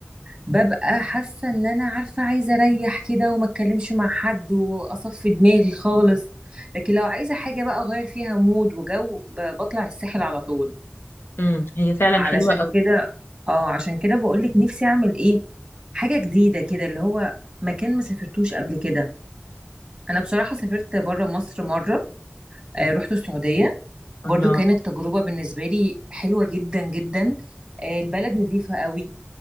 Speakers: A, on the right; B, on the left.
A: ببقى حاسه ان انا عارفه عايزه اريح كده وما اتكلمش مع حد واصفي دماغي خالص لكن لو عايزه حاجه بقى اغير فيها مود وجو ب- بطلع الساحل على طول
B: امم هي فعلا
A: علشان
B: حلوه قوي
A: كده اه عشان كده بقولك نفسي اعمل ايه حاجه جديده كده اللي هو مكان ما سافرتوش قبل كده انا بصراحه سافرت بره مصر مره
B: مم.
A: آه، رحت السعوديه
B: الله
A: برضو كانت تجربه بالنسبه لي حلوه جدا جدا آه، البلد نظيفه قوي